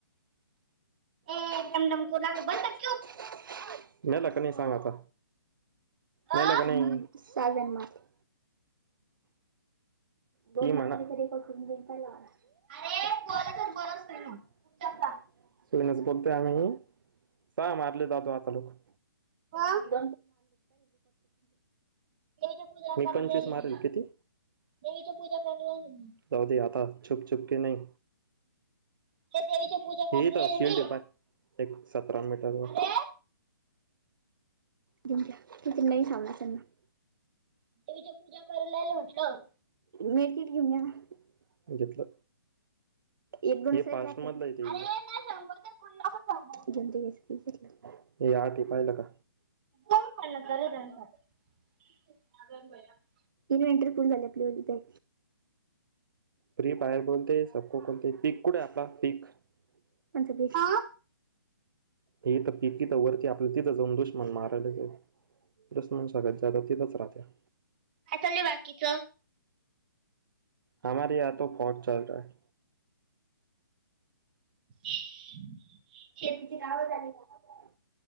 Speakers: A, on the right; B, on the right.
A: ए
B: <unintelligible>
A: डमडम करू लागले बस चुप
B: गेला का नाही सांग आता?
A: अ
B: मेला का नाही? <unintelligible> दोन तरी कून घेताय ला. <unintelligible>
A: अरे कोणाचा बरंच नाही ना तुमच्या पा
B: सुरइनस बोलतोय आम्ही. सा मारले जातो आता लवकर.
A: आ?
B: <unintelligible> मी
A: देवीची पूजा करून
B: पंचवीस
A: राहिली
B: मारल, किती?
A: मी इथ पूजा करणार. <unintelligible>
B: जाऊदे आता, छुप छुप के नई.
A: <unintelligible>
B: हेे इथ
A: राहिली
B: शिल्
A: मी
B: ट पाय एक सतरा मीटर वर.
A: अरे
B: दिऊ का् तितीन नाही <unintelligible>
A: तेच्या पूजा कयलाला म्हटलं.
B: मेथी घेऊन या. घेतल एक दोन मधलं हाय ते.
A: अरे नाही सांगू ते कोण नको सांगू
B: <unintelligible> हे आटी पाहिलं का?
A: हो ल कर <unintelligible>
B: इनवनट्री झाली होती काय? फ्री फयर बोलते सबको कोणते पीक कुठे आपला पीक? कोणत पिक?
A: हा
B: हे हिथ त पिकी तिथ वरती आपलं तिथं जाऊन दुश म्हण मारयलंच. दुश्मन सर्वात जादा तिथच राहतात.
A: काय चालु बाकीचं?
B: हमारे या तो फौग चल रहा है.
A: <unintelligible>
B: ते तिची गाव झाली का?